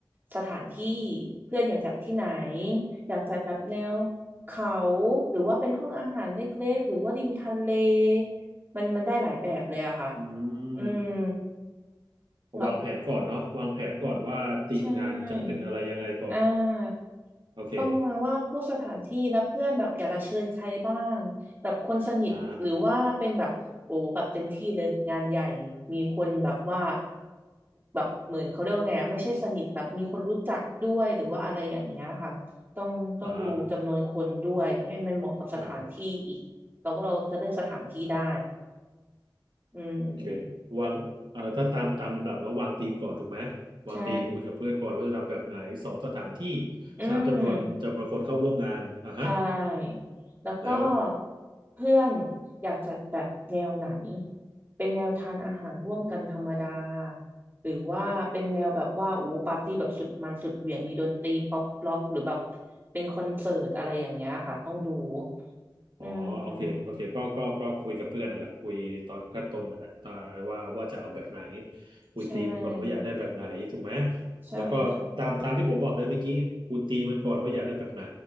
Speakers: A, on the right (about 25°); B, on the right (about 75°).
A: สถานที่เพื่อนอยากจัดที่ไหนอยากจัดแบบแนวเขาหรือว่าเป็นห้องอาหารเล็กๆหรือว่าริมทะเลมันมันได้หลายแบบเลยอะค่ะ
B: อืม
A: อืมแล้ว
B: วางแผนก่อนเนาะวางแผนก่อนว่าทีมงานจะเป็นอะไรยังไงก่อน
A: ใช่อ่า
B: โอเค
A: ต้องวางว่าพวกสถานที่และเพื่อนแบบอยากจะเชิญใครบ้างแบบคนสนิทหรือว่าเป็นแบบโอ้แบบเต็มที่เลยงานใหญ่
B: อ่า
A: มีคนแบบว่าแบบเหมือนเขาเรียกว่าไงอะไม่ใช่สนิทแบบมีคนรู้จักด้วยหรือว่าอะไรอย่างเงี้ยค่ะต้องต้องดูจำนวนคนด้วยให้มันเหมาะกับสถานที่อีกเราก็เราก็จะเลือกสถานที่ได้
B: อ่าอ่า
A: อืม
B: โอเควางเอ่อถ้าตามตามลำดับเนาะวางธีมก่อนถูกไหมวางธีมคุยกับเพื่อนก่อนว่าจะทำแบบไหนสองสถานที่
A: ใช่อืม
B: สามจำนวนจำนวนคนเข้าร่วมงานอ่ะฮะ
A: ใช่ แล้วก็
B: แล้ว
A: เพื่อนอยากจัดแบบแนวไหน เป็นแนวทานอาหารร่วมกันธรรมดา หรือว่าเป็นแนวแบบว่าโอ้ปาร์ตี้แบบสุดมันสุดเหวี่ยงมีดนตรีป๊อปล็อกหรือแบบเป็นคอนเสิร์ตอะไรอย่างเงี้ยค่ะต้องดู
B: อ๋อโอเคโอเคก็ก็ก็คุยกับเพื่อนนั่นแหละคุยตอนขั้นต้นนั่นแหละตาว่าว่าจะเอาแบบไหน
A: อืม
B: คุยตีมมันก่อนว่าอยากได้แบบไหนถูกไหม
A: ใช่ใช่ค่ะ
B: แล้วก็ตามตามที่ผมบอกเลยเมื่อกี้คุณตีมันก่อนว่าอยากได้แบบไหน